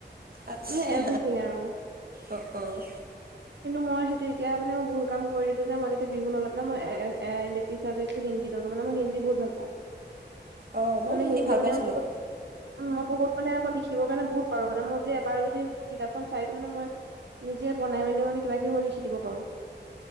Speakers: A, on the right; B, on the right.
A: আচ্ছা
B: মানে এভৰিথিং আৰু
A: অ অঁ
B: কিন্তু মই সেইটো এতিয়া মানে মই ভুল কাম কৰি দিলো যে মই এতিয়া বিহু নল ম এ হিন্দী অল মই হিন্দী বহুত ভাল পাওঁ
A: অঁ মই
B: মানে হিন্দী
A: ভাল
B: মানে
A: পাইছিলোঁ
B: বহুত বহুত মানে মই লিখিবৰ কাৰণে বহুত পাৰো মান মই যদি এবাৰ যদি কিতাপখন চাইতো মানে মই যে বনাই মেলি মানে কিবা কিবি মই লিখি দিব পাৰো